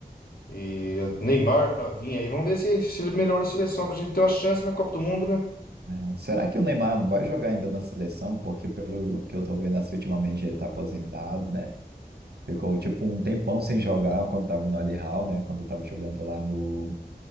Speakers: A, on the left (about 65°); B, on the right (about 85°).
A: E Neymar pra vir aí. Vamos ver se, se ele melhora a seleção pra gente ter uma chance na Copa do Mundo, né?
B: É. Será que o Neymar vai jogar ainda na seleção? Porque, pelo que eu tô vendo assim, ultimamente ele tá aposentado, né? Ficou tipo um tempão sem jogar quando tava no Al Hilal, né? Quando eu tava jogando lá no,